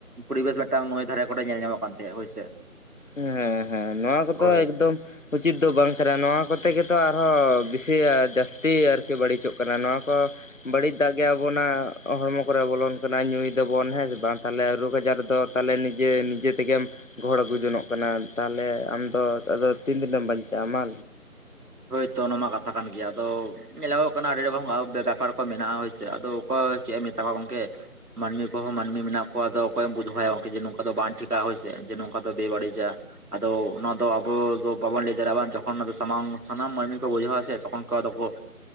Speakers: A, on the right; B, on the left.
A: ᱯᱚᱨᱤᱵᱮᱥ ᱢᱤᱫᱴᱟᱝ ᱱᱟᱭ ᱫᱷᱟᱨᱮ ᱠᱚᱨᱮ ᱧᱮᱞ ᱧᱟᱢᱚᱜ ᱠᱟᱱ ᱛᱟᱦᱮᱸᱫ ᱦᱳᱭᱥᱮ᱾
B: ᱦᱮᱸ ᱦᱮᱸ ᱱᱚᱣᱟ ᱠᱚᱫᱚ
A: ᱦᱳᱭ
B: ᱮᱠᱫᱚᱢ ᱩᱪᱤᱛ ᱫᱚ ᱵᱟᱝ ᱠᱟᱱᱟ, ᱱᱚᱣᱟ ᱠᱚᱛᱮ ᱜᱮᱛᱚ ᱟᱨᱦᱚᱸ ᱵᱮᱥᱤ ᱡᱟᱹᱥᱛᱤ ᱟᱨᱠᱤ ᱵᱟᱹᱲᱤᱡᱚᱜ ᱠᱟᱱᱟ, ᱱᱚᱣᱟ ᱠᱚ ᱵᱟᱹᱲᱤᱡ ᱫᱟᱜ ᱜᱮ ᱟᱵᱚᱱᱟᱜ ᱦᱚᱲᱢᱚ ᱠᱚᱨᱮ ᱵᱚᱞᱚᱱ ᱠᱟᱱᱟ ᱧᱩᱭ ᱫᱟᱵᱚᱱ ᱦᱮᱸᱥᱮ ᱵᱟᱝ? ᱛᱟᱦᱚᱞᱮ ᱨᱳᱜ ᱟᱡᱟᱨ ᱫᱚ ᱛᱟᱦᱞᱮ ᱱᱤᱡᱮ ᱱᱤᱡᱮ ᱛᱮᱜᱮᱢ ᱜᱚᱦᱚᱲ ᱟᱹᱜᱩ ᱡᱚᱱᱚᱜ ᱠᱟᱱᱟ ᱛᱟᱦᱚᱞᱮ ᱟᱢᱫᱚ ᱟᱫᱚ ᱛᱤᱱ ᱫᱤᱱᱢ ᱵᱟᱧᱪᱟᱜ-ᱟ ᱢᱟ
A: ᱦᱳᱭᱛᱚ ᱚᱱᱟᱢᱟ ᱠᱟᱛᱷᱟ ᱠᱟᱱ ᱜᱮᱭᱟ, ᱟᱫᱚ ᱧᱮᱞᱚᱜᱚᱜ ᱠᱟᱱᱟ ᱟᱹᱰᱤ ᱨᱚᱠᱚᱢ ᱵᱮᱯᱟᱨ ᱠᱚ ᱢᱮᱱᱟᱜ-ᱟ ᱦᱳᱭᱥᱮ ᱟᱫᱚ ᱚᱠᱚᱭ ᱪᱮᱫ ᱮᱢ ᱢᱮᱛᱟ ᱠᱚᱣᱟ ᱜᱚᱝᱠᱮ᱾ ᱢᱟᱹᱱᱢᱤ ᱠᱚᱦᱚᱸ ᱢᱟᱹᱱᱢᱤ ᱢᱮᱱᱟᱜ ᱠᱚᱣᱟ ᱟᱫᱚ ᱚᱠᱚᱭᱮᱢ ᱵᱩᱡᱷᱟᱹᱣᱟᱭᱟ ᱜᱚᱝᱠᱮ ᱱᱚᱝᱠᱟ ᱫᱚ ᱵᱟᱝ ᱴᱷᱤᱠᱟ ᱦᱳᱭᱥᱮ ᱡᱮ ᱱᱚᱝᱠᱟ ᱫᱚ ᱵᱮ ᱵᱟᱹᱲᱤᱡᱟ ᱟᱫᱚ ᱚᱱᱟ ᱫᱚ ᱟᱵᱚ ᱫᱚ ᱵᱟᱵᱚᱱ ᱞᱟᱹᱭ ᱫᱟᱲᱮᱭᱟᱜ-ᱟ ᱵᱟᱝ, ᱡᱚᱠᱷᱚᱱ ᱚᱱᱟ ᱫᱚ ᱥᱟᱢᱟᱝ ᱥᱟᱱᱟᱢ ᱢᱟᱹᱱᱢᱤ ᱠᱚ ᱵᱩᱡᱷᱟᱹᱣᱟ ᱥᱮ ᱛᱚᱠᱷᱚᱱ ᱠᱚ ᱟᱫᱚ ᱠᱚ